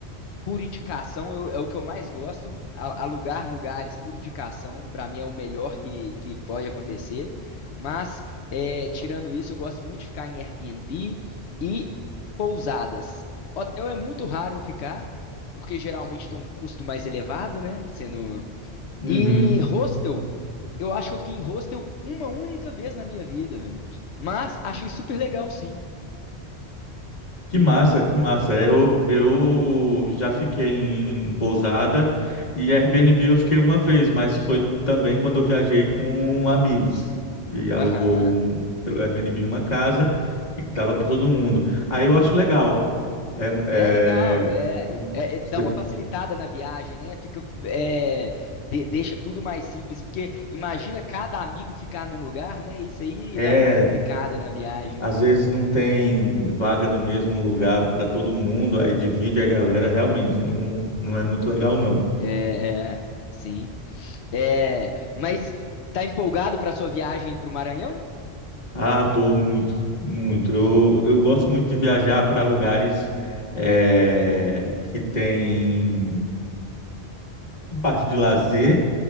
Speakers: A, on the left; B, on the left.
A: por indicação eu- é o que eu mais gosto. A- Alugar lugares por indicação, para mim, é o melhor que, que pode acontecer. Mas, é, tirando isso, eu gosto muito de ficar em Airbnb e pousadas. Hotel é muito raro eu ficar, porque geralmente tem um custo mais elevado, né? Sendo...
B: Uhum.
A: E hostel, eu acho que eu fiquei em hostel uma única vez na minha vida, mano. Mas achei super legal, sim.
B: Que massa, que massa. É, Eu, eu já fiquei em pousada e Airbnb eu fiquei uma vez, mas foi também quando eu viajei com amigos e alugou
A: Aham.
B: um- pelo Airbnb uma casa e dava para todo mundo. Aí eu acho legal. É,
A: É legal, é,
B: é,
A: é- é-
B: você-
A: dá uma facilitada na viagem, né? Fica, é, de- deixa tudo mais simples, porque imagina cada amigo ficar num lugar, né? Isso aí
B: é,
A: dá uma complicada na viagem,
B: às
A: né?
B: vezes não tem vaga no mesmo lugar para todo mundo, aí divide a galera, realmente não, não é muito legal, não.
A: É, é, sim. É, mas tá empolgado para sua viagem para o Maranhão?
B: Ah, tô muito, muito. Eu, eu gosto muito de viajar para lugares eh, que tem a parte de lazer,